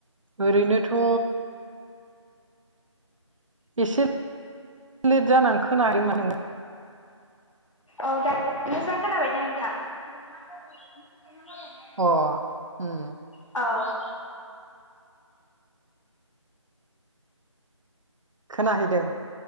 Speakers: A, on the right (about 75°); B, on the left (about 75°).
A: ओरैनोथ' एसे लेट जानानै खोनाहादों नमा नों
B: औ दायो मोजां खोनाबायदि नोंथां <unintelligible>
A: अ ओम
B: औ
A: खोनाहैदों